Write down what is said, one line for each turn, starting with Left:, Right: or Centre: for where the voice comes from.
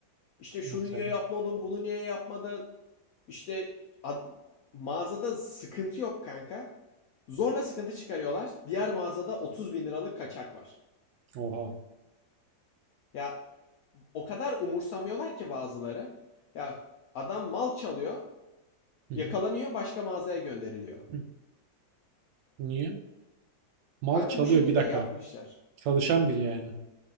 Left: İşte
Right: Nasıl
Left: şunu niye
Right: yani?
Left: yapmadın, bunu niye yapmadın? İşte ad- mağazada sıkıntı yok kanka. Zorla sıkıntı çıkarıyorlar. Diğer mağazada 30 bin liralık kaçak var.
Right: Oha.
Left: Ya o kadar umursamıyorlar ki bazıları. Ya adam mal çalıyor,
Right: Hı hı.
Left: yakalanıyor, başka mağazaya gönderiliyor.
Right: Hı. Niye? Mal
Left: Kanka
Right: çalıyor
Left: bu şekilde
Right: bir dakika.
Left: yapmışlar.
Right: Çalışan biri yani.